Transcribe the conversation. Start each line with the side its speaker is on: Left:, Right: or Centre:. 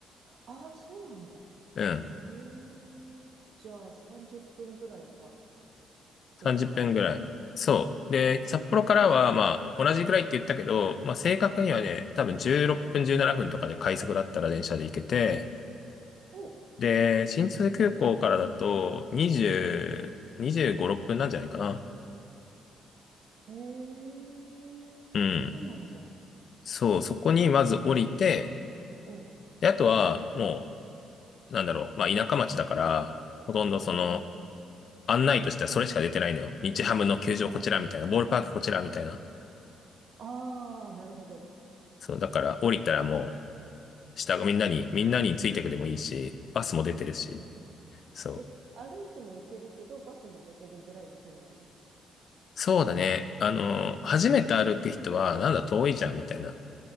Right: ああー、そうなんだ。
Left: うん。
Right: ええじゃあ30分ぐらいか。
Left: 30分ぐらい。
Right: どっちからも。
Left: そう。で、札幌からは、まあ、同じぐらいって言ったけど、まあ、正確にはね、多分16分、17分とかで快速だったら電車で行けて、
Right: おう、
Left: で、新千歳空港からだと、20、25、6分なんじゃないかな。
Right: ええそうなんだ。
Left: うん。そう、そこにまず降りて、
Right: うん。
Left: で、あとは、もう、なんだろう、まあ、田舎町だから、ほとんどその、案内としてはそれしか出てないのよ。日ハムの球場こちらみたいな、ボールパークこちらみたいな。
Right: ああ、なるほど。
Left: そう、だから降りたらもう、下がみんなに、みんなについてくでもいいし、バスも出てるし、
Right: <laughs>
Left: そう。
Right: え、歩いても行けるけど、バスも出てるぐらいの距離なの
Left: そうだね。あの、初めて歩く人は、なんだ遠いじゃんみたいな